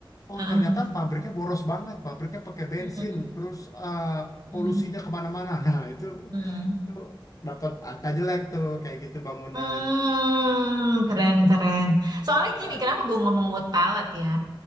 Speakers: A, on the left (about 40°); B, on the right (about 50°).
A: Oh
B: ah.
A: ternyata pabriknya boros banget, pabriknya pakai bensin,
B: Hmm,
A: terus eh,
B: hmm,
A: polusinya kemana-mana. <laughs> Nah itu
B: hmm.
A: itu dapat angka jelek tuh kayak gitu bangunan.
B: Hmm, keren keren. Soalnya
A: Nah,
B: gini, kenapa gue ngomong word palette ya?